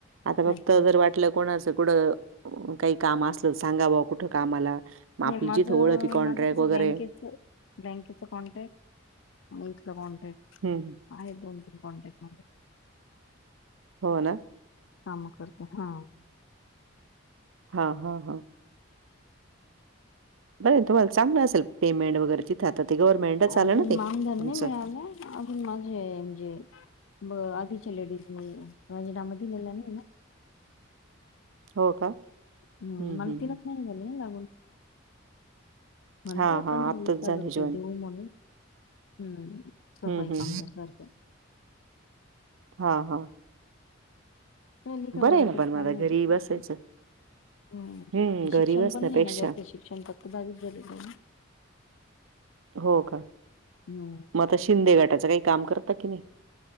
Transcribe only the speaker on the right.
आता फक्त
घर वाट म्हटलं कोणाचं कुठं काही काम असल सांगाव बा कुठ कामाला. मग आपली
जिथं ओळख आहे कॉन्ट्रॅक्ट
वगैरे
हम.
हो ना.
हा हा हा. बरं तुम्हाला चांगलं असेल पेमेंट वगैरे तिथ आता ते गव्हर्मंटच आलं
ना ते तुमचं.
हो का!
हं,
हं,
हं.
हां, हां.
आत्ताच
झालं
जॉइन.
हं,
हं.
हा हा.
आहे ना पण मग आता घरी बसायचं.
हं, घरी
बसण्यापेक्षा.
हो का!
मग आता शिंदे गाटाच काही काम करता की नाही.